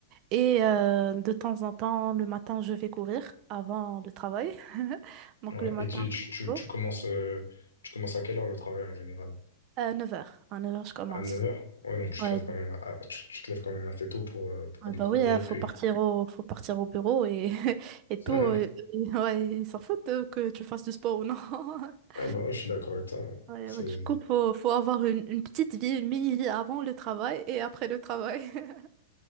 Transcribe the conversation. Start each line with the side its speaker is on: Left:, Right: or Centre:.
Right: Et euh, de temps en temps, le matin, je vais courir avant le travail. <laughs> Donc,
Left: Ouais.
Right: le matin,
Left: Et tu, tu,
Right: très
Left: tu,
Right: tôt,
Left: tu commences, euh, tu commences à quelle heure le travail en général?
Right: Euh, neuf heures À neuf heures je commence.
Left: À neuf heures. Ouais, donc tu
Right: Ouais,
Left: te lèves quand même, à- tu, tu te lèves quand même assez tôt pour, euh, pour
Right: Ah
Left: aller
Right: bah
Left: courir,
Right: oui, hein, faut
Left: puis.
Right: partir au, faut partir au bureau et, <laughs> et tout.
Left: <laughs>
Right: euh, et- <laughs> ouais, ils s'en foutent euh, que tu fasses du sport ou non. <laughs>
Left: Ouais, bah ouais, je suis d'accord avec toi. ouais.
Right: Ouais,
Left: C'est,
Right: ouais, du coup, faut, faut avoir une, une petite vie, une mini-vie avant le travail et après le travail. <laughs>